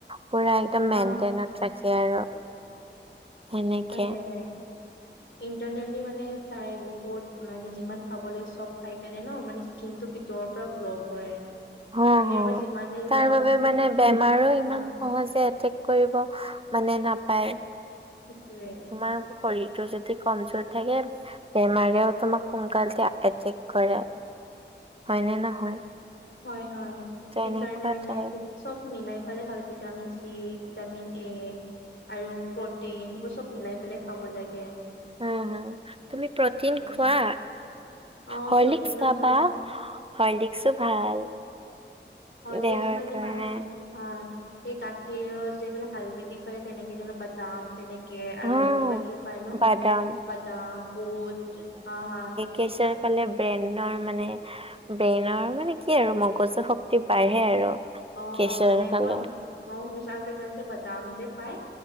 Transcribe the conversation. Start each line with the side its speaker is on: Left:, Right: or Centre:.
Right: পুৰা একদম মেইনটেইনত
Left: অ
Right: ৰাখে আৰু সেনেকে।
Left: ভালেই - ইণ্টাৰনেলি মানে তাই বহুত মানে যিমান খাব লাগ চব খাই কেনে ন মানে কিন্তু ভিতৰৰ পৰাৰ পৰা গ্ল' কৰে।
Right: অ',
Left: বাহিৰৰ
Right: হ
Left: পৰা যিমানে
Right: তাৰ
Left: লগাও
Right: বাবো
Left: আমি কি
Right: মানে বেমাৰো ইমান
Left: অ
Right: সহযে এতেক- কৰিব মানে নাপায় তোমাৰ
Left: সেইটোৱে
Right: শৰীৰটো যদি কমজোৰ থাকে বেমাৰেও তোমাক সোনকালতে এটেক কৰে হয়নে নহয়।
Left: হয় হয়
Right: তেনেকুৱা
Left: সেইকাৰণে মানে
Right: টাইপ
Left: চব মিলাই ফালে ভালে ভিটামিন চি ভিটামিন এ। আৰু প্ৰটিন সেইবোৰ চব মিলাই পেলাই খাব লাগে।
Right: উ তুমি প্ৰটিন
Left: তাকে
Right: খোৱা
Left: অ
Right: হৰলিক্স
Left: প্ৰটিনত
Right: খাবা। হৰলিক্স ও ভাল।
Left: হলিক্স
Right: দেহৰ
Left: মানে
Right: কাৰণে
Left: মায়ে। হা এই গাখীৰৰ‌, যে পোলে হাল্দি দি পৰে তেনে কি ব বাদাম, তেনে- তে আৰু
Right: অ',
Left: কিবা কিবি পায় ন
Right: বাদাম,
Left: বাদাম বুট হা হা
Right: কেচাৰ ফালে ব্ৰেনৰ মানে ব্ৰেইনৰ মানে কি আৰু মগজ বজ্ৰ শক্তি বাঢ়ে আৰু
Left: অ
Right: কেচৰ
Left: অ মানে
Right: খালে।
Left: মই শুনিছোঁ আৰু জে বদাম যে পায়